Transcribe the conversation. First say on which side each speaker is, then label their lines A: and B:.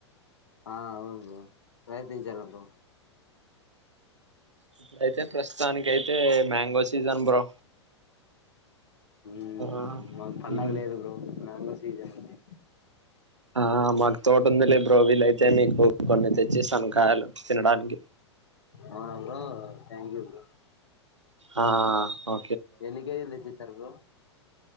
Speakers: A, on the left; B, on the right.
A: ఆ అవును బ్రో ప్రయాతించాలే బ్రో
B: ఇప్పుడైతే ప్రస్తుతానికై తె మంగో సిీజన్ బ్రో
A: మ్మ్
B: ఆ
A: మాకు పండగ
B: మ్
A: లేదు బ్రో మ్యాంగో సీజన్ ఇది
B: ఆ మాకు తోట ఉంది లే బ్రోవిీల్ అయితే మీకు కొన్ని తెచ్చిస్థాను కాయలు తినడానికి
A: అవునా బ్రో థ్యాంక్ యూ బ్రో
B: ఆ ఆఓ
A: ఎన్ని కేజీలు తెచ్చిస్తారు బ్రో